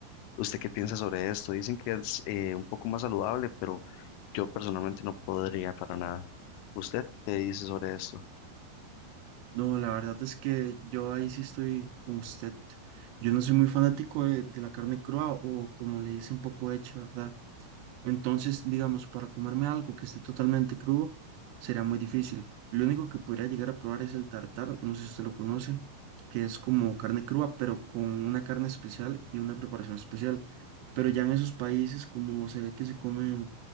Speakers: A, on the left (about 85°); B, on the right (about 80°).
A: ¿Usted qué piensa sobre esto? Dicen que es eh, un poco más saludable, pero yo personalmente no podría para nada. ¿Usted qué dice sobre esto?
B: No, la verdad es que yo ahí sí estoy con usted. Yo no soy muy fanático de, de la carne cruda o como le dicen, poco hecha, ¿verdad? Entonces, digamos, para comerme algo que esté totalmente crudo, sería muy difícil. Lo único que podría llegar a probar es el tartar, no sé si usted lo conoce, que es como carne cruda, pero con una carne especial y una preparación especial. Pero ya en esos países, como se ve que se comen